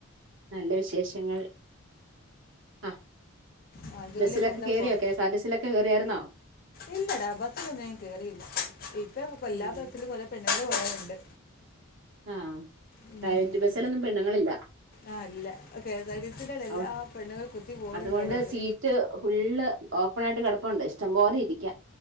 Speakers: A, on the right; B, on the left.
A: നല്ല വിശേഷങ്ങൾ ആ.
B: ആ ജോലിയൊക്കെ
A: ബസ്സിലൊക്കെ
B: ഉണ്ടപ്പോൾ
A: കേയറിയൊക്ക്യാ? കെഎസ്ആർടിസിലൊക്കെ കേയറിയായിരുന്നോ?
B: ഇല്ലടാ ബസ്സിലൊന്നും ഞാൻ കേറിയില്ല. ഇപ്പ എല്ലാ
A: ഉം.
B: ബസ്സിലും കുറെ പെണ് - കുറവുണ്ട്
A: ആ
B: ഉം.
A: പ്രൈവറ്റ് ബസ്സിലൊന്നും പെണ്ണുങ്ങളില്ല
B: ആ ഇല്ല കെ എസ് ആർ ടി എല്ലാ
A: അവ-
B: പെണ്ണുകൾ കുത്തി പോവ
A: അതുകൊണ്ട്
B: വ്ണ്ടോരന്ന്
A: സീറ്റ് ഫുള്ള് ഓപ്പൺ ആയിട്ട് കെടപ്പുണ്ട് ഇഷ്ടം പോലെ ഇരിക്കാ